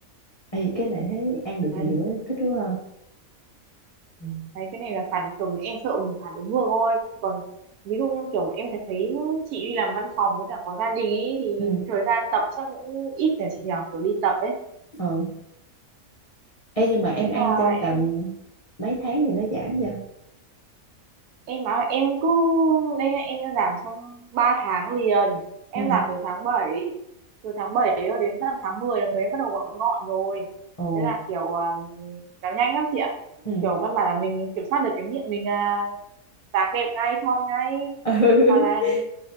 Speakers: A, on the left (about 35°); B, on the right (about 80°).
A: Ê, cái này thấy ăn được
B: Đấy.
A: nhiều á thích quá ha ừ
B: đấy cái này là phản kiểu em sợ mình phản ứng ngược thôi còn ví dụ như kiểu em thấy chị đi làm văn phòng với cả có gia đình ấy thì
A: ừ
B: thời gian tập chắc cũng ít nhỉ chị nhỉ kiểu đi tập ấy
A: ừ Ê, nhưng
B: thế
A: mà em ăn
B: là
A: trong tầm
B: em
A: mấy tháng thì nó giảm nha
B: em á em cứ đây nhá, em đã làm trong 3 tháng liền em
A: ừ
B: làm từ tháng bảy từ tháng bảy cho đến tận tháng 10 là người em bắt đầu gọn gọn rồi
A: ồ
B: thế là kiểu à, nó nhanh lắm chị ạ
A: ừ
B: kiểu căn bản là mình kiểm soát được cái miệng mình à, dáng đẹp ngay thon ngay
A: <laughs>
B: hoặc là